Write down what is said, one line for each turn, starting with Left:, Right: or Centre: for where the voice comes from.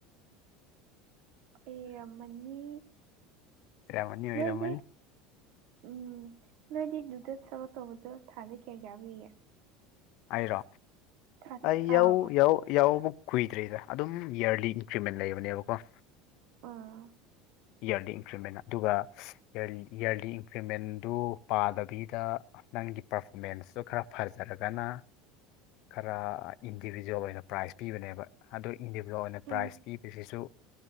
Right: ꯑꫭꯏꯔꯝꯃꯅꯤ
Left: ꯑꯣꯏꯔꯝꯃꯅꯤ ꯑꯣꯏꯔꯝꯃꯅꯤ
Right: ꯅꯣꯏꯗꯤ ꯎꯝ ꯅꯣꯏꯗꯤ ꯗꯨꯗ ꯊꯕꯛ ꯇꯧꯕꯗꯣ ꯊꯥꯗ ꯀꯌꯥ ꯀꯌꯥ ꯄꯤꯒꯦ
Left: ꯑꯩꯔꯣ
Right: ꯊꯥ
Left: ꯑꯩ ꯌꯥꯎ
Right: ꯑꯥꯎ
Left: ꯌꯥꯎ ꯌꯥꯎꯕꯨꯛ ꯀꯨꯏꯗ꯭ꯔꯤꯗ ꯑꯗꯨꯝ ꯌꯔꯂꯤ ꯏꯟꯀ꯭ꯔꯤꯃꯦꯟ ꯂꯩꯕꯅꯦꯕꯀꯣ
Right: ꯎꯝ
Left: ꯌꯔꯂꯤ ꯏꯟꯀ꯭ꯔꯤꯃꯦꯟ ꯑꯗꯨꯒ ꯌꯔꯂꯤ ꯌꯔꯂꯤ ꯏꯟꯀ꯭ꯔꯤꯃꯦꯟꯗꯨ ꯄꯥꯗꯕꯤꯗ ꯅꯪꯒꯤ ꯄꯔꯐꯣꯃꯦꯟꯁꯁꯨ ꯈꯔ ꯐꯖꯔꯒꯅ ꯈꯔ ꯏꯟꯗꯤꯕꯤꯖꯨꯋꯦꯜ ꯑꯣꯏꯅ ꯄ꯭ꯔꯥꯏꯖ ꯄꯤꯕꯅꯦꯕ ꯑꯗꯨ ꯏꯟꯗꯤꯚꯂꯣ ꯑꯣꯏꯅ
Right: ꯎꯝ
Left: ꯄ꯭ꯔꯥꯏꯖ ꯄꯤꯕꯁꯤꯁꯨ